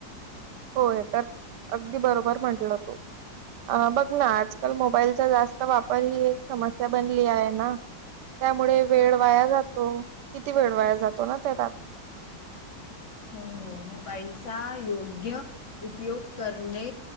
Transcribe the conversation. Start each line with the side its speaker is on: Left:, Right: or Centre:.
Right: होय तर अगदी बरोबर म्हटल तो. अं बघ ना आजकाल मोबाईलचा जास्त वापर ही एक समस्या बनली आहे ना? त्यामुळे वेळ वाया जातो. किती वेळ वाया जातो ना त्या त्यात?
Left: हो मोबाईलचा योग्य उपयोग करणे